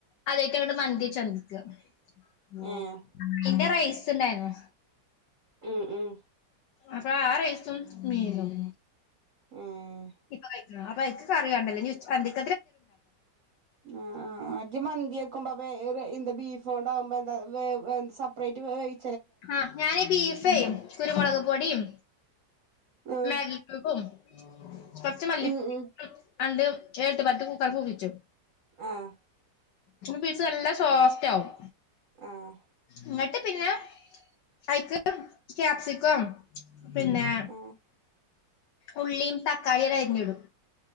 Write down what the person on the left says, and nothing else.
അതെ യിറ്റ് അങ്ങോട്ട് മന്തി വെച്ച് അന്തിക്ക് ആ
പിന്നെ റൈസ് ഉണ്ടായിരുന്നു
അപ്പൊ ആ റൈസും മീനും
ഇപ്പായി <unintelligible> ആ അപ്പ എനിക്ക് കറിയാണ്ടല്ലേ ഇഞ്ഞ് <unintelligible>
ആഹ് ഞാനി ബീഫ് <unintelligible> കുരുമുളക് പൊടിയും
മാഗിക്യുബും കൊറച്ച് മല്ലിപൊടി
<unintelligible> അണ്ട് ഏട്ട് പത്ത് കൂകാ കൂകിച്ചു
പീസ് നല്ല സോഫറ്റ് ആവും
ഇങ്ങട്ട് പിന്നെ ഐക്ക് ക്യാപ്സിക്കം പിന്നെ
ഉള്ളിയും തക്കാളി അരിഞ്ഞിടും